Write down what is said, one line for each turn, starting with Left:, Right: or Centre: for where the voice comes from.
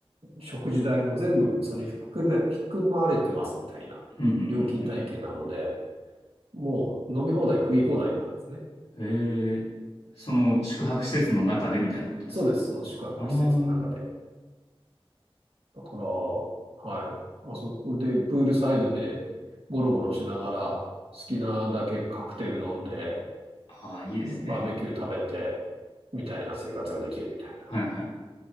Right: 食事代も全部それに含め、含まれてますみたいな料金体系なので、
Left: ふんふんふん
Right: もう飲み放題食い放題なんですね。
Left: ふん。へえ。その宿泊施設の中でみたいなことですか
Right: そうです。その宿泊施設の中で。
Left: あー
Right: だから、はい。まあそこで、プールサイドでゴロゴロしながら、好きなだけカクテル飲んで、
Left: あー、いいですね。
Right: バーベキュー食べて、みたいな生活ができるみたいな。
Left: はいはい。